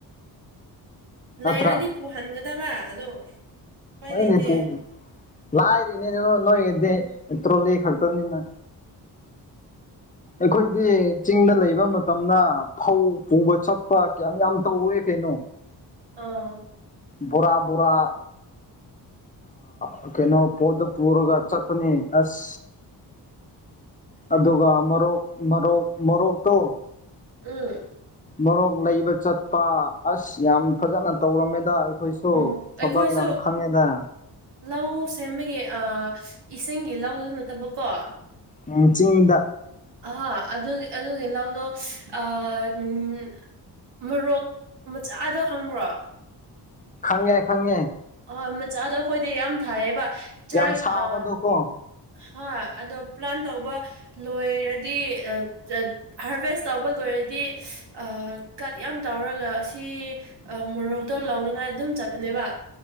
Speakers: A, on the left; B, on the right.
A: ꯅꯠꯇ꯭ꯔꯥ
B: ꯂꯩꯔꯗꯤ ꯄꯨꯍꯟꯒꯗꯕ ꯑꯗꯣ ꯎꯄꯥꯏ
A: <unintelligible>
B: ꯂꯩꯇꯦ
A: ꯂꯥꯏꯔꯤꯅꯦꯉꯣ ꯅꯣꯏꯒꯤꯗꯤ ꯇ꯭ꯔꯣꯂꯤ ꯈꯛꯇꯪꯅꯤꯅ ꯑꯩꯈꯣꯏꯗꯤ ꯆꯤꯡꯗ ꯂꯩꯕ ꯃꯇꯝꯅ ꯐꯧ ꯄꯨꯕ ꯆꯠꯄ ꯀꯌꯥꯝ ꯌꯥꯝ ꯇꯧꯋꯦ ꯀꯩꯅꯣ
B: ꯑ
A: ꯕꯣꯔꯥ ꯕꯨꯔꯥ ꯑ ꯀꯩꯅꯣ ꯄꯣꯠꯇꯣ ꯄꯨꯔꯒ ꯆꯠꯄꯅꯤ ꯑꯁ ꯑꯗꯨꯒ ꯃꯔꯣꯛ ꯃꯔꯣꯛ ꯃꯣꯔꯣꯛꯇꯣ
B: ꯎꯝ
A: ꯃꯣꯔꯣꯛ ꯂꯩꯕ ꯆꯠꯄ ꯑꯁ ꯌꯥꯝ ꯐꯖꯅ ꯇꯧꯔꯝꯃꯦꯗ ꯑꯩꯈꯣꯏ ꯗꫭ
B: ꯑꯣ
A: ꯊꯕꯛ
B: ꯑꯩꯈꯣꯏꯁꯨ
A: ꯌꯥꯝ ꯈꯪꯉꯤꯗ
B: ꯂꯧ ꯁꯦꯝꯕꯒꯤ ꯑ ꯏꯁꯤꯡꯒꯤ ꯂꯧꯗꯨ ꯅꯠꯇꯕꯀꯣ
A: ꯎꯝ ꯆꯤꯡꯗ
B: ꯑꯍꯥ ꯑꯗꯨ ꯑꯗꯨꯒꯤ ꯂꯧꯗꫭ ꯑ ꯎꯝ ꯃꯣꯔꯣꯛ ꯃꯆꯥꯗꯣ ꯈꯪꯕ꯭ꯔꯣ
A: ꯈꯪꯉꯦ ꯈꯪꯉꯦ
B: ꯍꫭꯏ ꯃꯆꯥꯗꯣ ꯑꯈꯣꯏꯗꯤ ꯌꯥꯝ ꯊꯥꯏꯌꯦꯕ ꯆꯥꯛ
A: ꯌꯥꯝ ꯁꯥꯕꯗꯣꯀꯣ
B: ꯑ ꯍꯥ ꯑꯗꯣ ꯄ꯭ꯂꯥꯟ ꯇꯧꯕ ꯂꯣꯏꯔꯗꯤ <unintelligible> ꯍꯥꯔꯚꯦꯁ ꯇꯧꯕ ꯂꯣꯏꯔꯗꯤ ꯑ ꯀꯠ ꯌꯥꯝ ꯇꯧꯔꯒ ꯑꯁꯤ ꯑ ꯃꯣꯔꯣꯛꯇꫭ ꯂꯧꯅꯤꯡꯉꯥꯏ ꯑꯗꯨꯝ ꯆꯠꯄꯅꯦꯕ